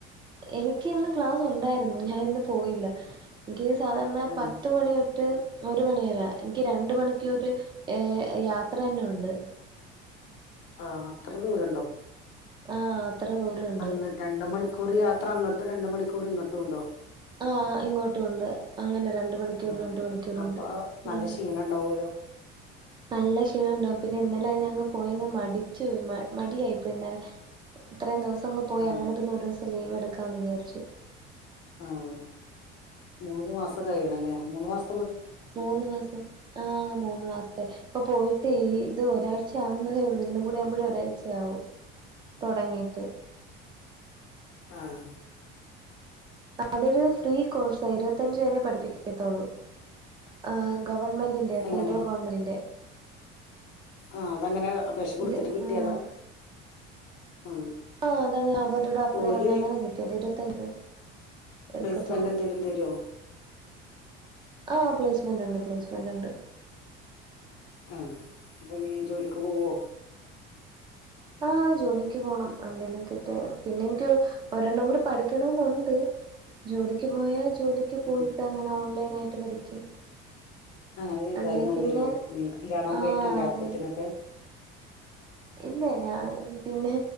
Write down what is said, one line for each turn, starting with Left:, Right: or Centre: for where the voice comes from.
Right: എനിക്ക് ഇന്ന് ക്ലാസ്സ് ഉണ്ടായിരുന്നു ഞാൻ ഇന്ന് പോയില്ല. ഇൻക്ക്യ് സാധാരണ
Left: ആ
Right: പത്ത് മണി തൊ ട്ട് ഒരു മണി വരാ എനിക്ക് രണ്ട് മണിക്കൂർ ഏഹ് യാ ത്രന്നുണ്ട്.
Left: ആഹ് അത്ര ദൂരംണ്ടോ?
Right: ആഹ് അത്ര ദൂരമുണ്ട്
Left: അങ്ങ് രണ്ട് മണിക്കൂറ് യാ ത്ര അങ്ങട്ടും രണ്ട് മണിക്കൂറ് ഇങ്ങട്ടും ഉണ്ടോ?
Right: ആഹ് ഇങ്ങോട്ടും ഉണ്ട് അങ്ങനെ രണ്ട് മണിക്കൂർ
Left: ആ ആ
Right: രണ്ട് മണിക്കൂറുണ്ട്
Left: അപ്പൊ നല്ല
Right: ഉം
Left: ക്ഷീണം ഉണ്ടാവുമല്ലോ
Right: നല്ല ക്ഷീണണ്ടാവും പിന്നെ ഇന്നലെ ഞങ് പോയങ് മടിച്ചു പോയി മ മടിയായിപ്പോയി ഇന്നലെ ഇത്രയും ദിവസ് അങ് പോയി
Left: ആ
Right: അങ്ങനെ പിന്നെ ഒരൂസം ലീവ് എടുക്കാന്ന് വിചാരിച്ചു.
Left: ആഹ് മൂന്ന് മാസം കഴിയണംല്ലേ മൂന്ന് മാസ
Right: മൂന്ന് മാസം ആഹ് മൂന്ന് മാസത്തെ ഇപ്പൊ പോയി ത്തീ ഇത് ഒരാഴ്ച ആവുന്നതേ ഒള്ളൂ ഇന്നും കൂട് ആവുമ്പഴ് ഒരാഴ്ചയാവും. തൊടങ്ങീട്ട്
Left: ആഹ്
Right: അതൊരു ഫ്രീ കോഴ്സാ ഇരുവത്തഞ്ച് വേരെ പഠിപ്പിക്കത്തോളൂ ആ ഗവൺമെൻ്റിന്റെ
Left: എങ്ങനെ
Right: സെൻട്രൽ ഗവൺമെൻ്റിന്റെ
Left: ആഹ് അതങ്ങനെ അപേക്ഷ കൊടുത്തിട്ട്
Right: ഇത്
Left: കിട്ടിയതാ
Right: ആഹ്
Left: ആ
Right: ആഹ് അതെങ്ങനെ അവരുടെ അപ്ളേ
Left: ഓല്
Right: പറഞ്ഞ് അങ്ങനെ കിട്ടിയത് തന്ന എടുക്കത്തോളു
Left: പ്ലേസ്മെന്റ് എന്തേലും തരോ
Right: ആ പ്ലേസ്മെന്റ് ഒണ്ട് പ്ലേയിസ്മെന്റൊണ്ട്.
Left: ആ അപ്പനീ ജോലിക്ക് പോവോ?
Right: ആ ജോലിക്ക് പോണം എന്തങ്കിലും കിട്ടിയ പിന്നെ എനിക്ക് ഒരെണ്ണം കൂടി പഠിക്കണന്നുണ്ട് ജോലിക്ക് പോയാ ജോലിക്ക് പോയിട്ടങ്ങനാ
Left: ഉം
Right: ഓൺലൈനായിട്ട് പഠിക്കും.
Left: അങ്ങനെ ചെയ്താലും
Right: അല്ലെ
Left: മതിയല്ലോ
Right: പിന്നെ
Left: നീ കല്യാണവും
Right: ആ
Left: കഴിക്കണ്ടേ
Right: അതെ
Left: അപ്പത്തിനൊക്കെ
Right: ഇല്ലേ ഞാൻ പിന്നെ